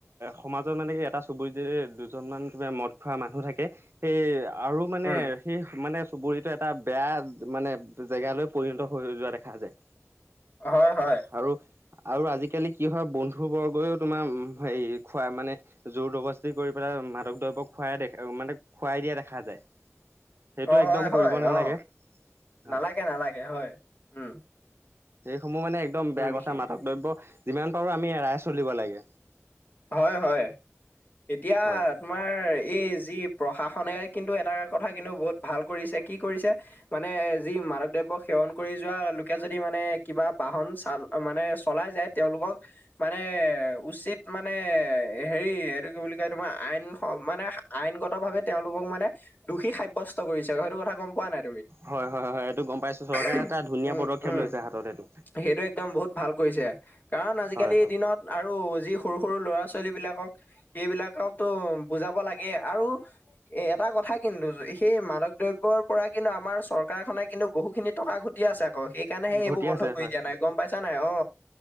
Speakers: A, on the right; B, on the left.
A: সমাজত মানে কি এটা চুবুৰী যদি দুজন মান তোমাৰ মদ খোৱা মানুহ থাকে সেই আৰু মানে
B: উম
A: সেই মানে চুবুৰীটো এটা বেয়া মানে জেগালৈ পৰিণত হৈ যোৱা দেখা যায়
B: হয় হয়
A: আৰু আৰু আজিকালি কি হয় বন্ধু বৰ্গও তোমাৰ হেৰী খোৱাই মানে জোৰদবস্তি কৰি পেলাই মাদক দ্ৰব্য খুৱাই দেখা মানে খুৱাই দিয়া দেখা যায়
B: <inaudible>
A: সেইটো
B: অ
A: একদম
B: হয়
A: কৰিব
B: হয়
A: নালাগে
B: অ
A: হয়
B: নালাগে -নালাগে হয় উম
A: সমূহ মানে একদম বেয়া
B: উম
A: কথা
B: সি-
A: মাদক দ্ৰব্য যিমান পাৰোঁ আমি এৰাই চলিব লাগে।
B: হয় হয় এতিয়া
A: হয়
B: তোমাৰ এই যি প্ৰশাস- ণে কিন্তু এটা কথা কিন্তু বহুত ভাল কৰিছে কি কৰিছে মানে যি মাদক দ্ৰৱ্যক সেৱন কৰি। যোৱা লোকে যদি মানে কিবা বাহন চা মানে চলাই যায় তেওঁলোকক মানে উচিত- মানে হেৰী এইটো কি বুলি কয় তোমাৰ আইন মানে আইনগতভাৱে তেওঁলোকক মানে দোষী সাব্যস্ত কৰিছে সেইটো কথা গম পোৱা নাই।
A: হয় হয় হয় এইটো গম পাইছো চৰকাৰে
B: হোম
A: এটা ধুনীয়া
B: উমহ,
A: পদক্ষেপ
B: উম উম
A: লৈছে হাতত এইটো
B: সেইটো একদম বহুত ভাল কৰিছে কাৰণ আজিকালি
A: হয় হয়
B: দিনত আৰু- যি সৰু সৰু ল'ৰা ছোৱালী বিলাকক সেইবিলাকক টো বুজাব লাগে আৰু এটা ক- কথা কিন্তু সেই মাদক দ্ৰব্যৰ পৰা কিন্তু আমাৰ চৰকাৰখনে কিন্তু বহুখিনি টকা ঘটি আছে। আ অ সেইকাৰণেহে এইবোৰ
A: ঘটি
B: বন্ধ
A: আছে
B: কৰি
A: হয়
B: দিয়া
A: হয়
B: নাই গম পাইছা নাই অ